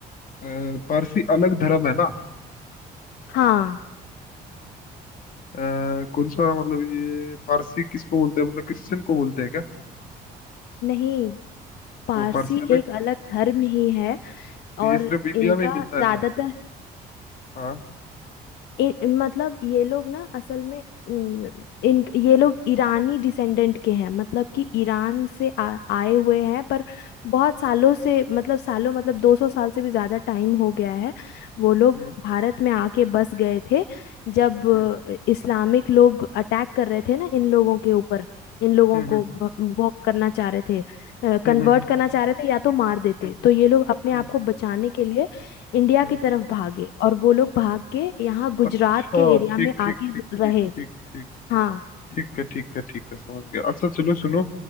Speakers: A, on the left; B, on the left.
A: अ, पारसी अलग धर्म है ना
B: हाँ
A: अ, कौन सा मतलब ये पारसी किसको बोलते हैं मतलब क्रिश्चियन को बोलते हैं क्या
B: नहीं पारसी
A: तो पारसी अलग
B: एक अलग धर्म ही है
A: ये
B: और
A: सिर्फ इंडिया
B: इनका
A: में ही मिलता
B: ज्यादातर
A: है ना हाँ
B: इन मतलब ये लोग ना असल में इन, इन ये लोग ईरानी डिसेंडेंट के हैं मतलब कि ईरान से आ, आए हुए हैं पर बहुत सालों से मतलब सालों मतलब 200 साल से भी ज्यादा टाइम हो गया है वो लोग
A: हम्म
B: भारत में आके बस गए थे जब
A: हम्म
B: अ, इस्लामिक लोग अटैक कर रहे थे ना इन लोगों के ऊपर इन लोगों
A: हम्म
B: को भ- वो करना चाह रहे थे कन्वर्ट
A: हम्म हम्म हम्म हम्म
B: करना चाह रहे थे या तो मार देते
A: हम्म,
B: तो ये लोग अपने आप
A: हम्म।
B: को बचाने के लिए इंडिया
A: हम्म।
B: की तरफ भागे और वो लोग भाग के यहाँ गुजरात
A: अच्छा
B: के एरिया
A: ठीक
B: में आके
A: ठीक ठीक ठीक
B: रहे
A: ठीक ठीक
B: हाँ
A: ठीक है ठीक है ठीक है समझ गया अच्छा चलो सुनो